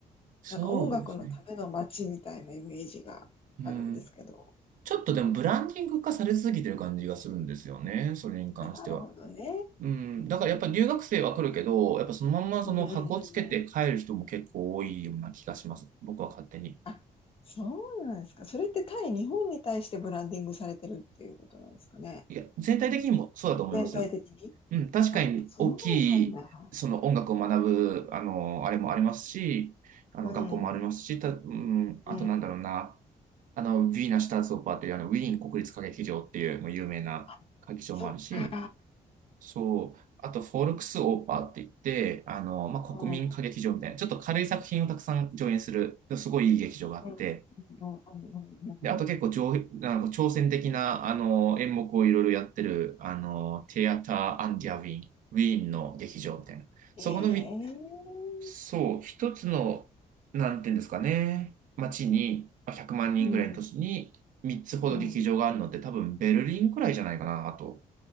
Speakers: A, on the right (about 65°); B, on the left (about 40°).
A: そうですね。
B: なんか音楽のための街みたいなイメージがあるんですけど。
A: うん。ちょっとでも、ブランディング化されすぎてる感じがするんですよね、それに関しては。
B: あ、なるほどね。
A: うん、だからやっぱ留学生は来るけど、やっぱそのまんまその箱をつけて帰る人も結構多いような気がします。
B: うんうんうんうん。
A: 僕は勝手に。
B: あ、そうなんですか。それって対日本に対してブランディングされてるっていうことなんですかね。
A: いや、全体的にもそうだと思いますよ。
B: 全体的に。
A: うん、確かに大き
B: あ、そうなんだ。
A: い、その音楽を学ぶ、あの、あれもありますし、あの、
B: うん。
A: 学校もありますし、た、うん、あとなんだろうな、
B: うん
A: あの、ウィーナ・シュターツオッパーっていう、あの、ウィーン国立歌劇場っていう、もう有名な歌劇場もあるし、
B: あ、そっか。
A: そう。あと、フォルクスオーパーって言って、あの、まあ、
B: うん。
A: 国民歌劇場みたいな、ちょっと軽い作品をたくさん上演する、すごいいい劇場があって、
B: うん。うん。うん。うん。うん
A: で、あと結構上、なんか挑戦的な、あの、演目をいろいろやってる、あの、テアター・アンディア・ウィーン、ウィーンの劇場みたいな。そこのみ、
B: ええ
A: そう、一つの、なんていうんですかね、街に、まあ、100万人ぐらいの都市に、
B: うん。
A: 3つほど劇場があるので、
B: うん。
A: 多分ベルリンくらいじゃないかな、あと。